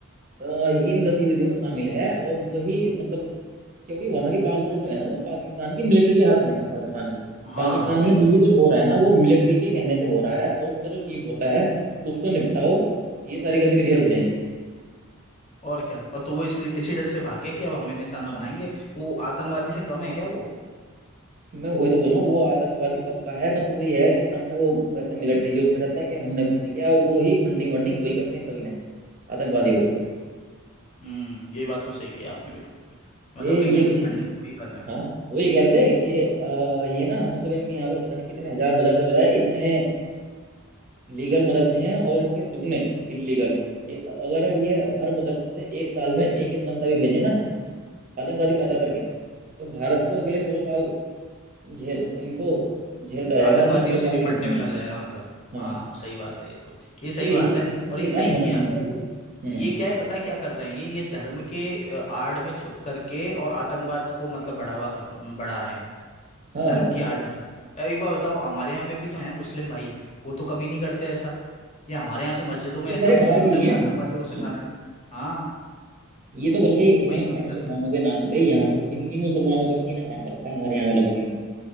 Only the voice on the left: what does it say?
हाँ
बिल्कुल
बिल्कुल
और क्या और तो वो इसलिए इसी डर से भाग गया कि अब हमें निशाना
बनाएंगे वो आतंकवादी से कम है क्या वो
हम्म ये बात तो सही कही आपने बिल्कुल
मतलब कहीं ना
कहीं
फंडिंग वही कर रहे हैं
आतंकवादियों
से
निपटने
में
लग जाएगा मतलब हाँ
सही बात है ये तो ये सही
बात
है
और ये
सही
किया
ये क्या है पता है क्या कर रहे हैं ये ये धर्म के अ, आड़ में छुप करके और आतंकवाद को मतलब बढ़ावा कर बढ़ा रहे हैं
धर्म की आड़ में छुट अ, एक बार बताओ हमारे यहाँ पे भी तो हैं मुस्लिम भाई वो तो कभी नहीं करते ऐसा या हमारे यहाँ तो मस्जिदों में
ऐसा
कुछ
नहीं
होता
कि
आतंकवादियों
को सिखा रहे हैं हाँ
वही तो
दिक्कत
है